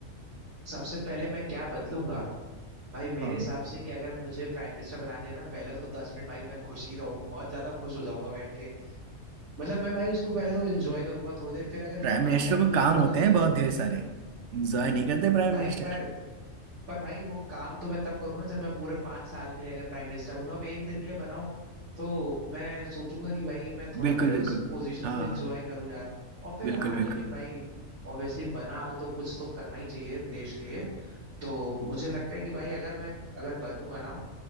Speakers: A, on the right; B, on the right.
A: सबसे पहले मैं क्या बदलूंगा भाई मेरे
B: हाँ
A: हिसाब
B: हाँ
A: से कि अगर मुझे प्राइम मिनिस्टर बना दिया ना पहले तो दस मिनट भाई मैं खुश ही रहूँ बहुत ज्यादा खुश हो जाऊंगा बैठ के मतलब मैं भाई उसको पहले तो एंजॉय करूंगा थोड़ी देर फिर अगर
B: प्राइम
A: जब बात
B: मिनिस्टर
A: आएगी
B: को काम
A: कुछ बदलने
B: होते हैं बहुत
A: की
B: ढेर सारे इंजॉय नहीं करते प्राइम
A: भाई
B: मिनिस्टर
A: पर पर भाई वो काम तो मैं तब करूँ ना जब मैं पूरे पांच साल के लिए अगर प्राइम मिनिस्टर बनूं अब एक दिन के लिए बनाऊं तो मैं सोचूंगा कि भाई मैं थोड़ा
B: बिल्कुल
A: पहले उस
B: बिल्कुल
A: पोजीशन
B: हाँ
A: को एंजॉय करूं यार और फिर
B: बिल्कुल
A: हाँ
B: बिल्कुल
A: लेकिन भाई ऑब्वियसली बना हूं तो कुछ तो करना ही चाहिए देश के लिए तो मुझे लगता है कि भाई अगर मैं अगर बनूंगा ना